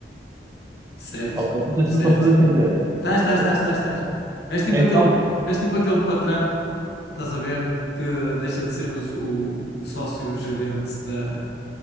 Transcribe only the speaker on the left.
Certo,
certo.
Estás, estás,
estás, estás, estás. És tipo
aquele, és tipo aquele patrão, estás a ver, que deixa de ser o, o- o sócio-gerente da,